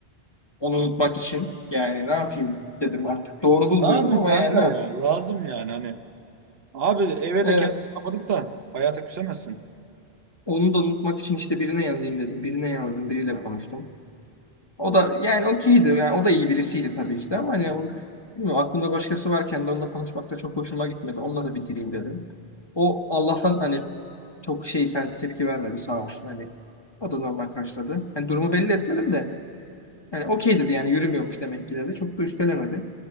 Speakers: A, on the left; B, on the right.
A: Onu unutmak için. Yani ne yapayım dedim artık. Doğru bulmuyorum
B: Lazım
A: ama
B: kanka
A: yani ne yapayım.
B: ya. Lazım yani hani. Abi eve
A: Evet.
B: de kendini kapatıp da hayata küsemezsin.
A: Onu da unutmak için işte birine yazayım dedim. Birine yazdım, biriyle konuştum. O da yani okeydi. Yani o da iyi birisiydi tabii ki de ama hani onu, bilmiyorum, aklımda başkası varken de onunla konuşmak da çok hoşuma gitmedi. Onunla da bitireyim dedim. O Allah'tan hani çok şey sen tepki vermedi sağ olsun. Hani o da normal karşıladı. Hani durumu belli etmedim de. Yani okey dedi yani yürümüyormuş demek ki dedi. Çok da üstelemedi.